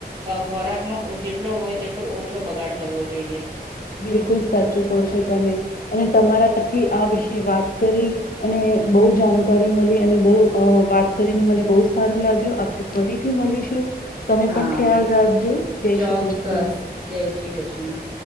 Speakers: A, on the right; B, on the left.
A: ખોરાકનોો જેટલો હોય તેટલો ઓછો બગાડ કરવો જોઈએ.
B: બિલકુલ સાચું ક છો તમે અને તમારાથી આ વિશે વાત કરી અને બહુ જાણકારી મળી અને બહુ વાત કરીને મને બહુ સારું લાગ્યું આપણે ફરીથી મળીશું. તમે
A: હા
B: પણ ખ્યાલ રાખજો જય
A: ચોક્કસ
B: શ્રી કૃષ્ણ.
A: જય શ્રી કૃષ્ણ.